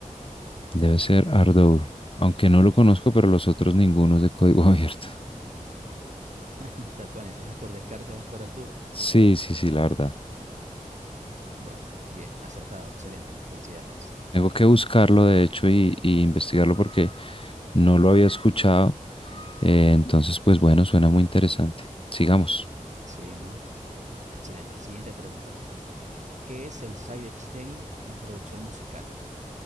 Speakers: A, on the left; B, on the right.
A: Debe ser Ardour, aunque no lo conozco, pero los otros ninguno es de código <laughs> abierto.
B: <laughs> Tal cual. Entonces, por descarte vas por Ardour.
A: Sí, sí, sí, la verdad.
B: Bueno, bien, acertado. Excelente. Felicidades.
A: Tengo que buscarlo, de hecho, y, y investigarlo porque no lo había escuchado. Eh, entonces, pues bueno, suena muy interesante. Sigamos.
B: Sí, ¿no? Excelente. Siguiente pregunta. ¿Qué es el sidechain en producción musical?